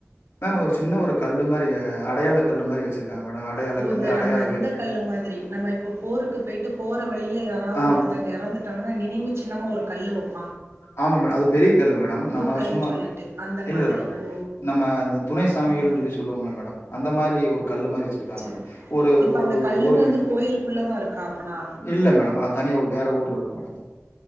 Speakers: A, on the left; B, on the right.
A: மேம் ஒரு சின்ன ஒரு கல்லு மாரி அடையாள கல்லு மாரி வெச்சிருக்காங்க மேடம் அடையாள
B: ஓ!
A: கல்லு
B: இந்த
A: அடையாள
B: நம்ம
A: வே
B: இந்த கல்லு மாத்ரி நம்ம இப்போ போருக்கு போய்ட்டு போற வழியில யாராவது
A: ஆ
B: ஒருத்தங்க இறந்துட்டாங்கனா நினைவு சின்னமா ஒரு கல்லு வெப்
A: ஆமா மேடம் அது பெரியக்கல்லு மேடம் நம்ம அது
B: கல்ன்னு
A: சும்மா
B: சொல்லிட்டு. அந்த
A: இல்லல
B: மாதிரி.
A: மேடம்
B: ஓ!
A: நம்ம இந்த துணை சாமிகள்ன்
B: ம்.
A: சொல்லி சொல்லுவோம்ல மேடம் அந்த மாரி ஒரு கல்லு மாரி வெச் சிருக்கா
B: சரி.
A: மேடம் ஒரு
B: இப்ப
A: ஒரு
B: அந்த கல்லுமே
A: ஒரு மீட்டர்
B: வந்து கோயிலுக்குள்ள தான் இருக்கா அப்பனா?
A: இல்ல மேடம் அது தனிய ஒர் வேற ஊர்ல இருக்கு மேடம்